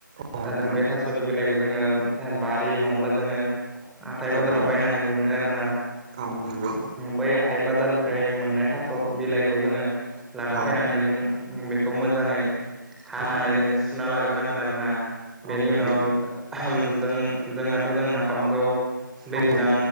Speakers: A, on the right; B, in the centre.
A: औ
B: दा
A: नंगौ
B: जों बे थास'नि बिलाइखौ जोङो ओ बा रि नङाब्ला जोङो हाथाय बाजाराव
A: औ
B: बायनानैबो मोनो आरोना
A: औ नंगौ
B: बै हा थाय बाजारनिफ्राय मोननाय थास' बिलाइखौ जोङो लाना
A: औ
B: फैनानै जों बेखौ मोजाङै हानानै
A: औ
B: जों सुना लाग्रोनांगोन आरो ना। बेनि
A: औ नंगौ औ नंगौ
B: उनाव जों जोंनाथ' जों नाफामखौ दैज्लां
A: औ